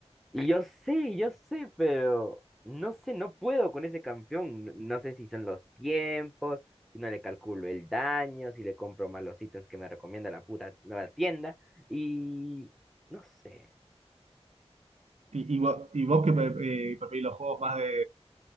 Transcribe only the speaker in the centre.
Y yo sé, yo sé, pero no sé, no puedo con ese campeón. No no sé si son los tiempos, si no le calculo el daño, si le compro mal los ítems que me recomienda la puta nueva tienda. Y no sé.